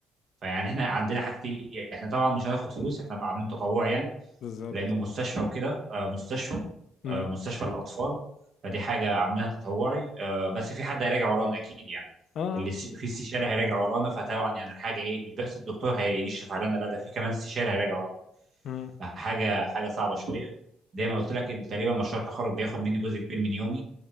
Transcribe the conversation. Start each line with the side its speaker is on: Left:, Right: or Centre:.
Right: فيعني احنا عندنا حاجتين احنا طبعا مش هناخد فلوس احنا عاملين تطوع يعني
Left: بالظبط
Right: لانه مستشفى وكده آه، مستشفى
Left: امم
Right: آه، مستشفى للاطفال فدي حاجه عاملينها تطوعي آه، بس في حد هيراجع ورانا اكيد يعني
Left: اه
Right: اللي س- في استشاري هيراجع ورانا فطبعا يعني الحاجه ايه مش بس الدكتور هيشرف علينا لا ده في كمان استشاري هيراجع ورانا
Left: امم
Right: فحاجه حاجه صعبه شويه زي ما قلت لك ال- تقريبا مشروع التخرج بياخد مني جزء كبير من يومي